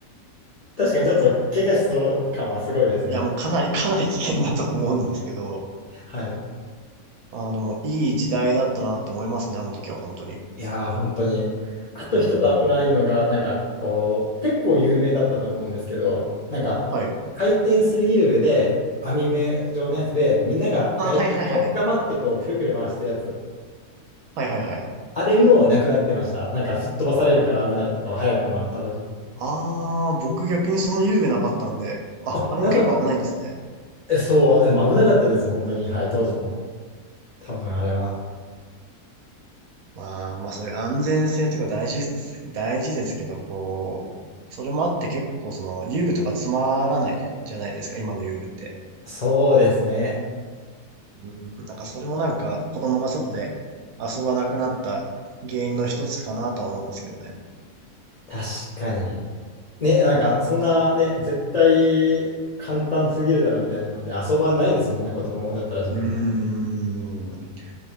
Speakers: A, on the left; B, on the right.
A: 確かにちょっと怪我しそう感はすごいですね。
B: いやもうかなりかなり危険だったと思うんですけど、
A: はい。
B: ああ、でもいい時代だったなって思いますね、あの時は本当に。
A: いやー、本当に。あと一つ危ないのが、
B: うん。
A: なんか、こう、結構有名だったと思うんですけど、なんか、
B: はい。
A: 回転する遊具で、網目状のやつで、みんなが外周を捕まって、
B: あ、はいはいはい。
A: こう、くるくる回したやつ。
B: はいはいはい。
A: あれもなくなってました。なんか、吹っ飛ばされるから危ないって、こう、早く回った時に。
B: あー、僕逆にその遊具なかったんで、あ、
A: あ、
B: あれも結構危ないんですね。
A: なかった。えそう、でも危なかったです、本当に。はい、当時も。多分あれは。
B: まあ、まあそういう安全性とか大事、大事ですけど、こう、それもあって結構その遊具とかつまらないじゃないですか、今の遊具って。
A: そうですね。
B: うん、なんかそれもなんか子供が外で遊ばなくなった原因の一つかなとは思うんですけどね。
A: 確かに。ね、なんか、そんなね、絶対簡単すぎるだろみたいなので、遊ばないですもんね、子供だったら自分も。
B: うーん。